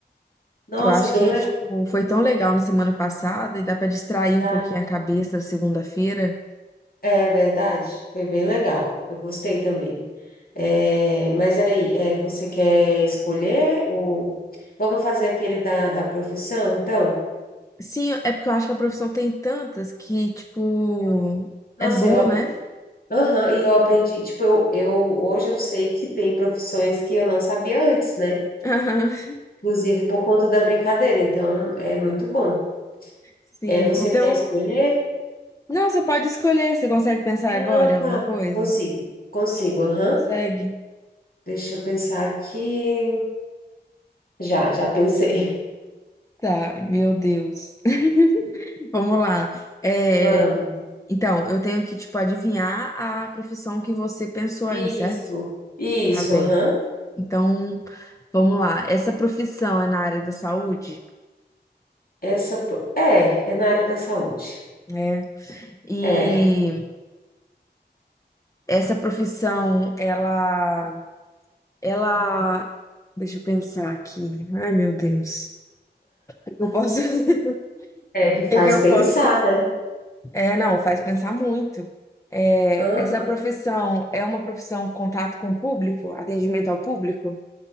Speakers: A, on the left; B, on the left.
A: Nossa,
B: Que eu acho
A: bem
B: que, tipo, foi tão legal na semana passada e dá pra distrair um
A: legal.
B: pouquinho a cabeça da segunda-feira.
A: É verdade, foi bem legal. Eu gostei também. É, mas aí, é, você quer escolher ou vamos fazer aquele da, da profissão, então?
B: Sim, é porque eu acho que a profissão tem tantas que, tipo,
A: Nossa,
B: é bom,
A: eu, ap-
B: né?
A: Aham, e eu aprendi, tipo, eu, eu hoje eu sei que tem profissões que eu não sabia antes, né?
B: <laughs>
A: Inclusive por conta da brincadeira, então é muito bom.
B: Sim.
A: É, você
B: Então,
A: quer escolher?
B: não, você pode escolher, você consegue pensar
A: Ah,
B: agora em alguma
A: tá.
B: coisa?
A: Consigo, consigo, aham.
B: Consegue?
A: Deixa eu pensar aqui. Já, já pensei.
B: Tá, meu Deus. <laughs> Vamos lá. É,
A: <laughs> Vamos.
B: então, eu tenho que, tipo, adivinhar a profissão que você pensou aí,
A: Isso,
B: certo?
A: isso,
B: Tá bem.
A: aham.
B: Então, vamos lá. Essa profissão é na área da saúde?
A: Essa po- é, é na área da saúde.
B: É. E
A: É,
B: essa profissão, ela, ela, deixa eu pensar aqui. Ai, meu Deus. O que eu posso? <laughs>
A: é que faz
B: O que que eu
A: pensar,
B: posso?
A: né?
B: É, não, faz pensar muito. É,
A: Aham.
B: essa profissão é uma profissão contato com o público, atendimento ao público?